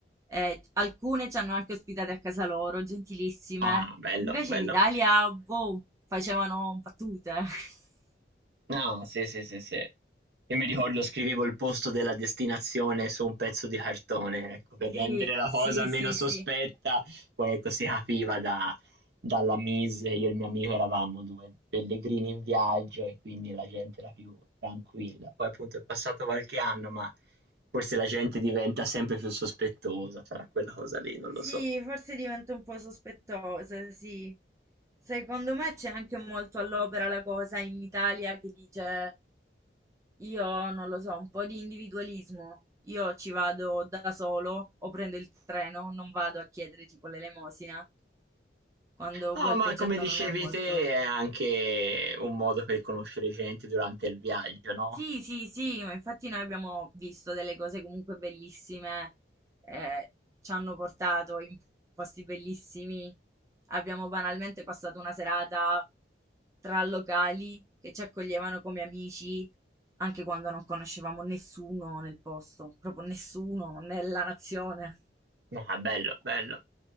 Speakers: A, on the right; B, on the right.
A: eh, alcune ci hanno anche ospitate a casa loro, gentilissime.
B: Ah, bello,
A: Invece
B: bello.
A: in Italia, boh, facevano battute. <laughs>
B: Ah, sì, sì, sì, sì. Io mi ricordo scrivevo il posto della destinazione su un pezzo di cartone, ecco, per
A: Sì,
B: rendere la
A: sì,
B: cosa meno
A: sì,
B: sospetta,
A: sì.
B: poi ecco si capiva da- dalla mise, io e il mio amico eravamo due pellegrini in viaggio e quindi la gente era più tranquilla. Poi appunto è passato qualche anno, ma forse la gente diventa sempre più sospettosa, sarà quella cosa lì, non
A: Sì,
B: lo so.
A: forse divento un po' sospettosa, sì. Secondo me c'è anche molto all'opera la cosa in Italia che dice Io non lo so, un po' di individualismo. Io ci vado da solo o prendo il treno, non vado a chiedere tipo l'elemosina, quando
B: No,
A: boh, il
B: ma
A: concetto
B: come dicevi
A: non è molto.
B: te, è anche un modo per conoscere gente durante il viaggio, no?
A: Sì, sì, sì, ma infatti noi abbiamo visto delle cose comunque bellissime, eh, ci hanno portato in posti bellissimi, abbiamo banalmente passato una serata tra locali che ci accoglievano come amici, anche quando non conoscevamo nessuno nel posto, proprio nessuno nella nazione.
B: Ah, bello, bello.